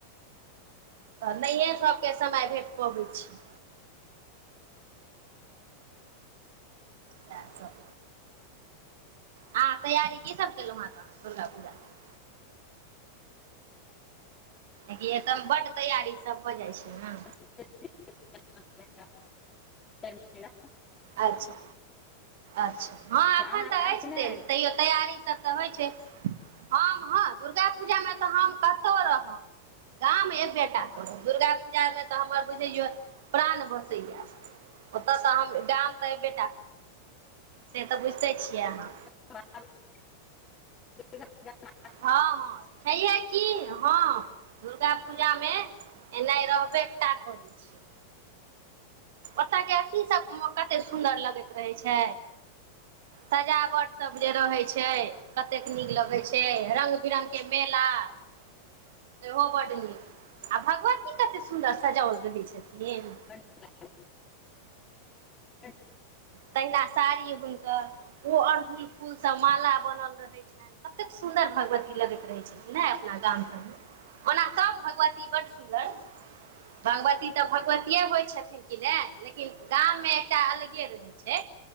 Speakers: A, on the right (about 55°); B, on the left (about 20°).
A: तऽ नहिए सभके समय भेट पबै छै तैय सब आ तैयारी की सभ केलहुँ हेँ तहन दुर्गा पूजा केँ कियाकी एकदम बड तैयारी सब भऽ जाइ छै न
B: <unintelligible>
A: अच्छा अच्छा हँ
B: अहाँ
A: एखन
B: आयब
A: तऽ अछि
B: कि नहि
A: देरी तैयो तैयारी सब तऽ होइ छै हम हँ दुर्गाापूजामे तऽ हम कतऽ रहब गाम एकबेटा करब दुर्गा पूजामे तऽ हमर बुझै प्राण बसैए ओतऽ तऽ हम गाम तऽ एबेटा से तऽ बुझिते छियै अहाँ
B: <unintelligible>
A: हँ हँ छैहे की हँ दुर्गा पूजामे एना रहबे एकटा करै छिय ओत के अथी सब कते सुन्दर लगैत रहै छै सजावट सब जे रहै छै ततेक नीक लगै छै रंगग बिरंग के मेला <inaudible> ओहो बड़ नीक आ भगवती कतेक सुन्दर सजाओल रहैत छथिन
B: ह ह
A: तहिना साड़ी हुनकर ओ अड़हुल फूल सब माला बनल रहे छनि कतेक सुन्दर भगवती लगैत रहैत छथिन ने अपना गाम सभमे ओना सभ भगवती बड्ड सुन्दर भगवती तऽ भगवतए होइत छथिन कि नहि लेकिन गाममे एकटा अलगे रहैत छै छै